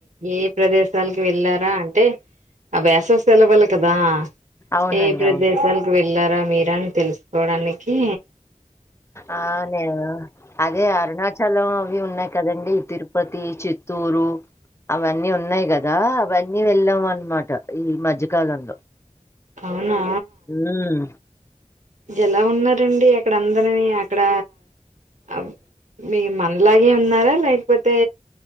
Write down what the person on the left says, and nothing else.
అవునండి
అవును
ఆ నేను అదే అరుణాచలం అవి ఉన్నాయి కదండి తిరుపతి చిత్తూరు అవన్నీ ఉన్నాయి కదా అవన్నీ వెళ్ళాము అనమాట ఈ మధ్యకాలంలో
మ్మ్.